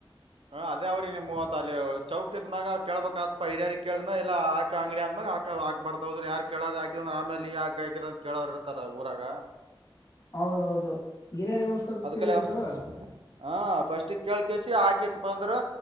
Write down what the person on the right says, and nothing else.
ಹ ಅದೇ ಅವ್ರಿಗೆ ನೀ ಮೂವತ್ ಅಲ್ಲಿ ಚೌಕದಿದ್ಮ್ಯಾಗ ಕೇಳ್ಬಕ್ ಆತ್ಪ ಹಿರಿ್ಯಾರಿ ಕೇಳಿದ್ಮ ಇಲ್ಲ ಆಾಕ ಅಂಗಡಿ ಅಂದ್ಮಾಗ ಆಕ ಆಾಕ್ ಬರ್ತದ್ರ ಯಾರ್ ಕೇಳೋಾರ ಯಾಕಿದಂದ್ರ ಆಮೇಲಿ ಯಾಕ ಹಾಕಿದ ಅ ಕೇಳ್ರ ಇರ್ತಾರ ಊರಾಗ.
ಅದಕಲೆ
ಹಾ ಫಸ್ಟ್. ಕಳ್ ಕಸಿ ಹಾಕಿತ್ ಬಂದ್ರರು